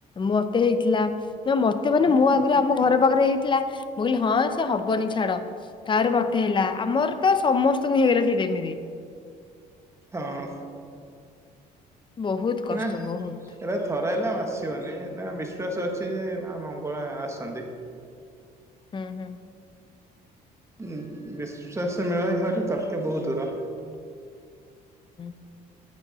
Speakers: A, on the left (about 30°); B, on the right (about 15°).
A: ମତେ ହେଇଥିଲା, ନା ମତେ ମାନେ ମୁଁ ଆଗରେ ଆମ ଘର ପାଖରେ ହେଇ ମୁଁ କହିଲି ହଁ ସେ ହବନି ଛାଡ ତାହରେ ମତେ ହେଲା, ଆମର ତ ସମସ୍ତଙ୍କୁ ହେଇଗଲା ସେ ମିରେ
B: ହଁ।
A: ବହୁତ କଷ୍ଟ
B: ନା ଏଇଟା
A: ବହୁତ
B: ଥରା ହେଲା ଆସିବନି ହେଟା ବିଶ୍ୱାସ ଅଛି ଯେ, ମା ମଙ୍ଗଳା ଆସନ୍ତି।
A: ହୁଁ ହୁଁ।
B: ବିଶ୍ୱାସ ମେଳାଇ ହାର ତାକେ ବହୁତ ଦୂର।
A: ହୁଁ।